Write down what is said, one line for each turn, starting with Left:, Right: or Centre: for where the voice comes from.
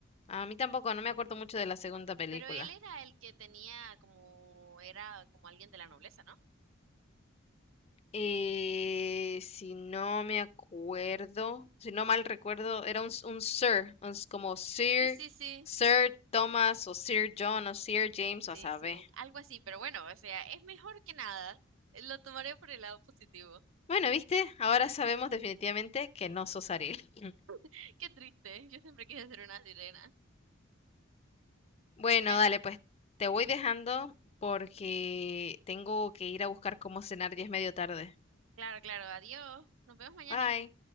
Left: A mí tampoco, no me acuerdo mucho de la segunda película.
Right: Pero él era el que tenía como, era como alguien de la nobleza, ¿no?
Left: Eh, si no me acuerdo, si no mal recuerdo, era un, s- un Sir, un s- como Sir,
Right: Sí, sí, sí,
Left: Sir Thomas o Sir John o Sir James
Right: sí,
Left: o a saber.
Right: sí, algo así, pero bueno, o sea, es mejor que nada. Lo tomaré por el lado positivo.
Left: Bueno, viste, ahora sabemos definitivamente que no sos Ariel. <laughs>
Right: <laughs> Qué triste, yo siempre quise ser una sirena.
Left: Bueno,
Right: Bueno,
Left: dale, pues te voy dejando porque tengo que ir a buscar cómo cenar y es medio tarde.
Right: claro, claro, adiós, nos vemos mañana.
Left: Bye.